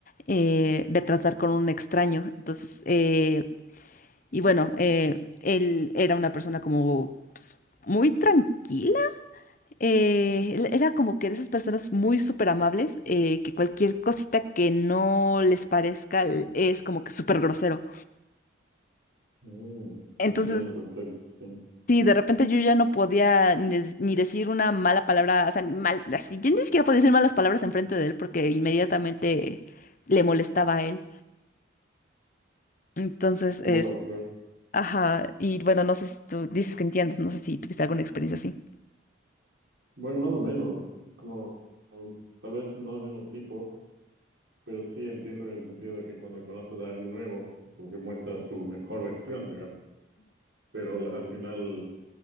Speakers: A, on the left; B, on the right.
A: eh, de tratar con un extraño. Entonces, eh, y bueno, eh, él era una persona como pues, muy tranquila. Eh, él era como que de esas personas muy súper amables eh, que cualquier cosita que no les parezca es como que súper grosero.
B: Mm,
A: Entonces,
B: entiendo, perfecto, sí.
A: Sí, de repente yo ya no podía ni, des- ni decir una mala palabra, o sea, mal, así, yo ni siquiera podía decir malas palabras enfrente de él porque inmediatamente le molestaba a él. Entonces
B: Wow,
A: es,
B: claro.
A: ajá, y bueno, no sé si tú dices que entiendes, no sé si tuviste alguna experiencia así.
B: Bueno, más o menos, como um, tal vez no el mismo tipo, pero sí entiendo en el sentido de que cuando conoces a alguien nuevo, como que muestra tu mejor versión, digamos. Pero al al final